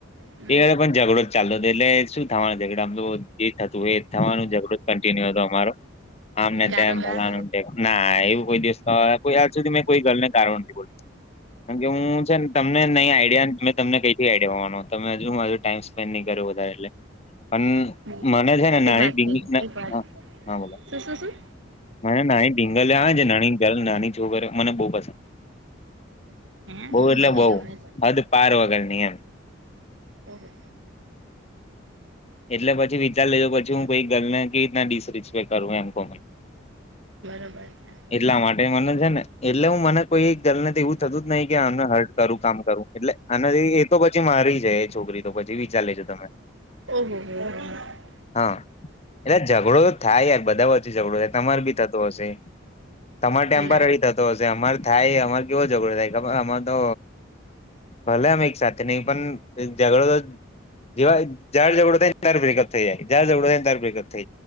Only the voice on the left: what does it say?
એ પણ ઝઘડો જ ચાલતો તો એટલે શું થાવાનું. ઝઘડામાં તો જે થતું હો એ જ થાવાનું ઝઘડો જ કંટીન્યુ હતો અમારો આમ ને
તેમ ફલાણું ને ના એવું કોઈ દિવસ તો કોઈ આજ સુધી મેં કોઈ ગલ ને ગાળો નથી બોલી કારણ કે હું છે ને તમને નય આઈડિયા મેં તમને કઈ થી આડિયા હોવાનો તમે હજુ માર જોડે ટાઈમ સ્પેન્ડ નઈ કઇરુ વધારે એટલે. પણ
મને છે ને નાની
<unintelligible>
હા-હા બોલો
મને નાની ઢીંગલીઓ આવે ને નાની જલ નાની છોકરીઓ મને બો પસંદ.
બઉ એટલે
બઉ
હદ પાર વગર ની એમ.
<inaudible> એટલે પછી વિચાર લેજો પછી હું કઈ ગલને કેવી રીતના ડિસ રિસ્પેક્ટ કરું એમ કો મને.
એટલા માટે મને છે ને એટલે હું મને કોઈ એક ગલને તેવું થતું જ નહી કે આને હર્ટ કરું કામ કરું એટલે આને જેવી એ તો પછી મારી છે એ છોકરી તો પછી વિચાર લેજો. જો તમે
હા એટલે ઝઘડો થાય યાર બધા વચ્ચે ઝગડો થાય તમારે બી થતો હશે, તમાર ટેમ્પરરી
થતો હશે અમાર થાય અમાર કેવો ઝઘડો થાય ખબર અમાર તો ભલે અમે એક સાથે નય પણ ઝઘડો તો જોય. જયારે જઝડો થાય ત્યારે ભેગા થઇ જાય. જયારે જઝડો થાય ત્યારે ભેગા થઇ.